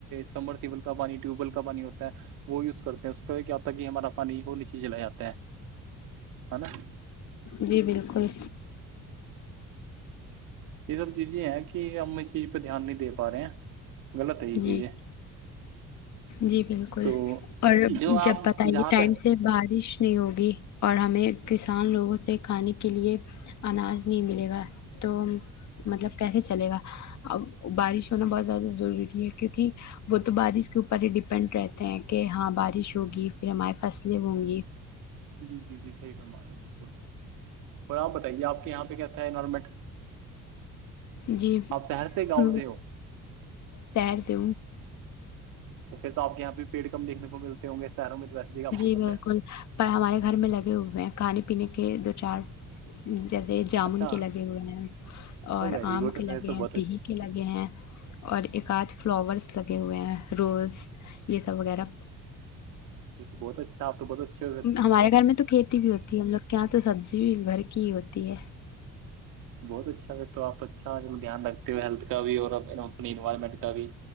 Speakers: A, on the right; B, on the left.
A: کمر سیل کا پانی ٹیوب ویل کا پانی ہوتا ہے وہ یوز کرتے ہیں اس پہ کیا ہوتا ہے کہ ہمارا پانی وہ نیچے جلا جاتا ہے ہے نا
B: جی بالکل
A: یہ سب چیزیں ہیں کہ ہم اس چیز پہ دھیان نہیں دے پا رہے ہیں غلط ہے یہ
B: جی
A: چیزیں
B: جی بالکل
A: تو
B: اور
A: جو آپ
B: جب بتائیے
A: جہاں
B: ٹائمس
A: پہ
B: سے بارش نہیں ہوگی اور ہمیں کسان لوگوں سے کھانے کے لیے اناج نہیں ملے گا تو مطلب کیسے چلے گا اب بارش ہونا بہت زیادہ ضروری ہے کیونکہ وہ تو بارش کے اوپر ہی ڈیپینڈ رہتے ہیں کہ ہاں بارش ہوگی پھر ہماری فصلیں ہوں گی
A: جی جی جی صحیح فرمانے ہے بالکل اور آپ بتائیے آپ کے یہاں پہ کیس ہے نارمٹ
B: جی
A: شہر سے گاؤں
B: ہ
A: سے ہو
B: تیرتے
A: تو پھر تو آپ یہ پ بھی پیڑ کم دیکنے کو ملتے ہ گے شہروں میں تو ویسےیک آپ
B: جی
A: کو پت
B: بالکل
A: ہے
B: ہمارے گھر میں لگے ہوئے ہیں کھانے پینے کے دو چار جدہ جامن
A: اچھا
B: کے لگے ہوئے ہیں اور
A: تو ویری
B: آم
A: گڈ
B: کے لگے
A: پھر تو
B: ہیں
A: بہت
B: پیہی
A: اچھا
B: کے لگے ہیں اور ایک آدھ فلاورس لگے ہوئے ہیں روز یہ سب وغیرہ
A: یہ تو بہت اچھا آپ بہت اچھا
B: ہمارے گھر میں تو کھیتی بھی ہوتی ہے ہم لوگ کے یہاں تو سبزی بھی گھر کی ہی ہوتی ہے
A: بہت اچھا اگر تو آپ اچھا دھیان رکھتے ہو ہیلتھ کا بھی اور اپنی انوائرمنٹ کا بھی